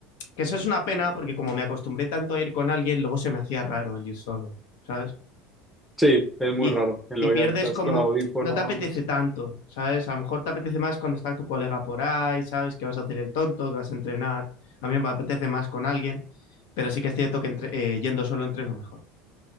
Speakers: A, on the left (about 80°); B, in the centre.
A: que eso es una pena porque como me acostumbré tanto a ir con alguien, luego se me hacía raro el ir solo, ¿sabes?
B: Sí, es muy
A: y,
B: raro. Y luego
A: y pierdes
B: ya estás
A: como,
B: con audífonos.
A: no te apetece tanto, ¿sabes? A lo mejor te apetece más cuando está tu colega por ahí, ¿sabes? Que vas a hacer el tonto, que vas a entrenar. A mí me apetece más con alguien, pero sí que es cierto que entre- eh, yendo solo entreno mejor.